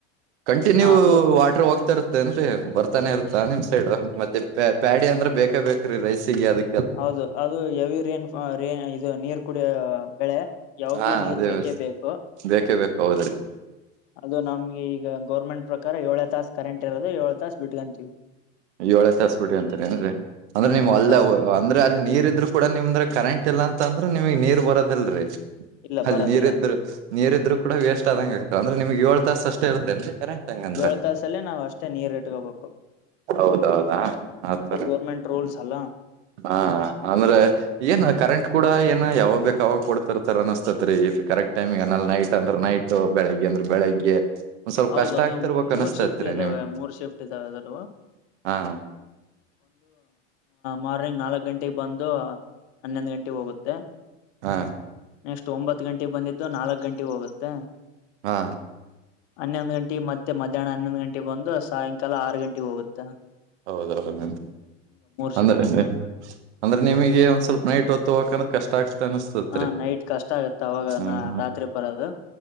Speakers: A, on the right; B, on the left.
A: ಕಂಟಿನ್ಯೂ
B: ಅದು
A: ವಾಟ್ರ ಹೋಗ್ತಾ ಇರ್ತ್ತೇನ್ರಿ ಬರ್ತಾನೆ ಇರ್ತ್ತ ನಿಮ್ ಸೈಡ್ ಮತ್ತೆ ಪ ಪ್ಯಾಡಿ ಅಂದ್ರೆ ಬೇಕೇ ಬೇಕ್ರೀ ರೈಸಿಗೆ ಅದ
B: ಹೌದು ಅದು ಹೆವಿ ರೇನ್ ರೇನ್ ಇದು ನೀರ್ ಕುಡಿಯ ಬೆಳೆ ಯಾವಾಗ್ಲೂ
A: ಹಾ
B: ನೀರ್
A: ಅದೇ
B: ಬೇಕೇ ಬೇಕು
A: ಬೇಕೇ ಬೇಕ ಹೌದ್ರಿ
B: ಅದು ನಮ್ಗೆ ಈಗ ಗೋರ್ಮೆಂಟ್ ಪ್ರಕಾರ ಏಳೇ ತಾಸ ಕರೆಂಟ್ ಇರೋದು ಏಳ ತಾಸ ಬಿಟ್ಕಂತೀವಿ
A: ಏಳೇ ತಸ್ಬಿಟ್ಟಿ ಅಂತರಿ ನ್ರಿ ಅಂದ್ರೆ
B: ಹ
A: ನಿವು
B: ಏಳ್
A: ಅಲ್ಲ
B: ತಾಸ
A: ಅಂದ್ರೆ ಅಲ್ಲಿ ನೀರ್ ಇದ್ರು ಕೂಡ ನಿಮ್ರ ಕರೆಂಟ್ ಇಲ್ಲ ಅಂತ ಅಂದ್ರ ನಿಮಗ್ ನೀರ್ ಬರದಿಲ್ರಿ
B: ಇಲ್ಲ
A: ಅಲ್ಲಿ
B: ಬರೋದಿಲ್ಲ
A: ನೀರ ಇದ್ರು ನೀರ ಇದ್ರು ಕೂಡ ವೇಸ್ಟ್ ಆದಂಗಗೆ ಆಯತ ಅಂದ್ರೆ ನಿಮಗ್ಗೆ ಏಳು ತಾಸ ಅಷ್ಟೇ ಇರ್ತೇನ್ರಿ ಕರೆಂಟ್ ಹಂಗಂದ್ರ
B: ಏಳ್ ತಾಸಲ್ಲೇ ನಾವ ಅಷ್ಟೇ ನೀರ್ ಇಟ್ಕೋಬೇಕು
A: ಹೌದೌದಾ ಆತಾರೆ
B: ಅದು ಗೋರ್ಮೆಂಟ್ ರೂಲ್ಸ್ ಅಲ್ಲ
A: ಹಾ ಅಂದ್ರೆ ಏನ ಕರೆಂಟ್ ಕೂಡ ಏನೋ ಯಾವಾಗ ಬೇಕ ಅವಾಗ ಕೊಡ್ತಿರ್ತಾರ ಅನಸ್ತತ್ ರೀ ಈ ಕರೆಕ್ಟ್ ಟೈಮಿ್ ಅನಲ್ಲಿ ನೈಟ್ ಅಂದ್ರ ನೈಟ್ ಬೆಳಗ್ಗೆ. ಅಂದ್ರೆ ಬೆಳಿಗ್ಗೆ ಒಂದ್ ಸ್ವಲ್ಪ
B: ಹೌದೌದು
A: ಕಷ್ಟ ಆಗ್ತಿರ್ಬೇಕ್
B: ಮೂರ್
A: ಅನಸ್ತತ್ರಿ
B: ಶಿಫ್ಟ್ ಇದ್ದಾವೆ
A: ನಿಮ್ಗ್
B: ಮೂರ್ ಶಿಫ್ಟ್ ಇದ್ದಾವೆ ಅದಲ್ಲೂ
A: ಹಾ
B: ಮಾರ್ನಿಂಗ್ ನಲ್ಕ್ ಗಂಟೆಗೆ ಬಂದು ಹನ್ನೊಂದು ಗಂಟೆಗೆ ಹೋಗುತ್ತೆ
A: ಹಾ
B: ನೆಕ್ಸ್ಟ್ ಒಂಬತ್ತು ಗಂಟೆಗೆ ಬಂದಿದ್ದು ನಾಲ್ಕ್ ಗಂಟೆಗೆ ಹೋಗುತ್ತೆ
A: ಹಾ
B: ಹನ್ನೊಂದು ಗಂಟೆಗೆ ಮತ್ತೆ ಮಧ್ಯಾಹ್ನ ಹನ್ನೊಂದು ಗಂಟೆಗೆ ಬಂದು ಸಾಯಂಕಾಲ ಆರು ಗಂಟೆಗೆ ಹೋಗುತ್ತಾ
A: ಹೌದೌದುಂ ಅಂದ್ರೆ
B: ಶಿಫ್ಟ್ ಇರ್ತಾವ
A: ಅಂದ್ರೆ ನಿಮಗೆ ಒಂದ್ ಸ್ವಲ್ಪ ನೈಟ್ ಹೊತ್ತು ಹಕಣ ಕಷ್ಟ. ಆಗ್ತ ಅನಸ್ತತ್ರಿ
B: ಹಾ ನೈಟ್ ಕಷ್ಟ ಆಗತ್ತೆ ಅವಾಗ
A: ಹ್ಮ್
B: ನಾ ರಾತ್ರಿ ಬರೋದು.